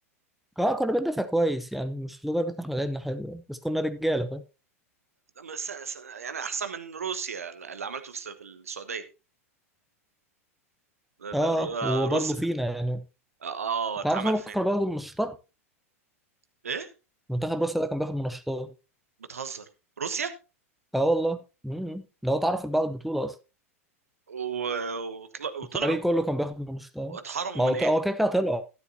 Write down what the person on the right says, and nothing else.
بس- يعني احسن من روسيا اللي عملته في في السعوديه ال-
ال-
روس
اه
اتعمل
فين
ايه
بتهزر روسيا
و- وطل- وطلعوا
واتحرموا
من
ايه